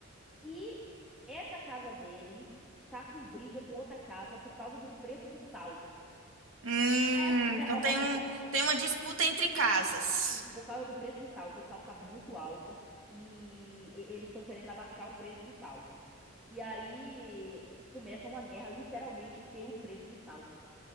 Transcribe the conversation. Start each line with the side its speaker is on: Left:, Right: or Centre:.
Centre: E essa casa dele tá com briga com outra casa por causa do preço do sal.
Right: Hum,
Centre: <laughs>
Right: então tem um, tem uma disputa entre casas.
Centre: Sim, por causa do preço do sal, que o sal tá muito alto e e- eles estão querendo abaixar o preço do sal. E aí eh, começa uma guerra literalmente pelo preço do sal.